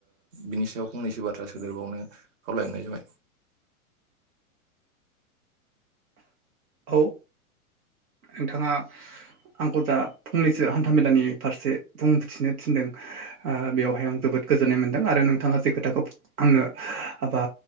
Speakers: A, on the right; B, on the right.
A: बिनि सायाव फंनैसो बाथ्रा सोदेरबावनो खावलायहरनाय जाबाय
B: औ नोंथाङा आंखौ दा फंनैसो हान्थामेलानि फारसे बुंथिनो थिनदों ओ बेवहाय आं जोबोद गोजोननाय मोनदों आरो नोंथाङा जे खोथाखौ आंनो हाबा